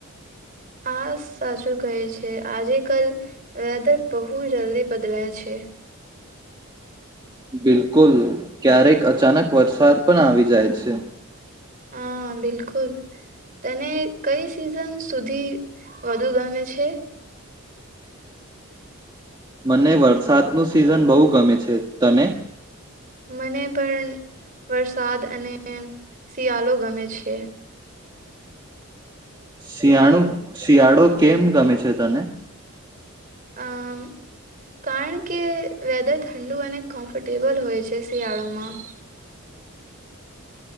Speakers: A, on the right; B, on the right.
A: આ સાચું કહે છે. આજે કલ વેધર બહુ જલ્દી બદલાયા છે.
B: બિલકુલ ક્યારેક અચાનક વરસાદ પણ આવી જાય છે.
A: હા બિલકુલ તને કઈ સિઝન સુધી વધુ ગમે છે?
B: મને વરસાદ નું સિઝન બહુ ગમે છે તને?
A: મને પલ વરસાદ અને શિયાલો ગમે છે.
B: શિયાળુ શિયાળો કેમ ગમે છે તને.
A: અમ કારણ કે વેધર ઠંડુ અને કમ્ફર્ટેબલ હોય છે શિયાળોમાં.